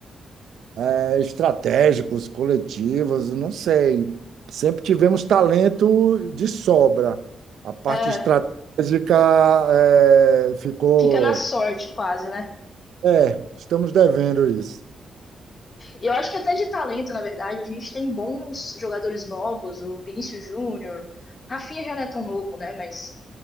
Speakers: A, on the right; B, on the left.
A: é, estratégicos, coletivos, não sei. Sempre tivemos talento de sobra. A parte
B: É,
A: estratégica é, ficou.
B: fica na sorte quase, né?
A: É, estamos devendo isso.
B: E eu acho que até de talento, na verdade, a gente tem bons jogadores novos, o Vinícius Júnior, Rafinha já não é tão novo, né? Mas